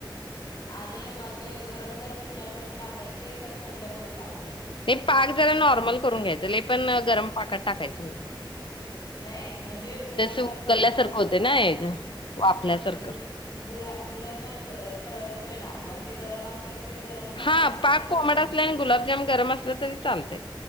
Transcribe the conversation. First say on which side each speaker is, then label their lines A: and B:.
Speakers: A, on the left; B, on the left.
A: आणि मग ते गरम गरम गुलाबजामुन टाकायचे का थंड करून टाका
B: एक पाक जरा नॉर्मल करून घ्यायच त्या लय पण गरम पाकट टाकायचं नाहीत.
A: नाही म्हणजे गुलाबजाम
B: उकलल्यासारखं
A: गरम असतात
B: होते
A: ना
B: एग वाफल्यासारखं
A: <unintelligible> गुला गुलाबजाम तळतोय ना आपण ते गरम असतात. ते गरम टाकायचे
B: हा पाक
A: का ते
B: कोमट
A: थंड
B: असले आणि गुलाबजाम गरम असलं तरी चालत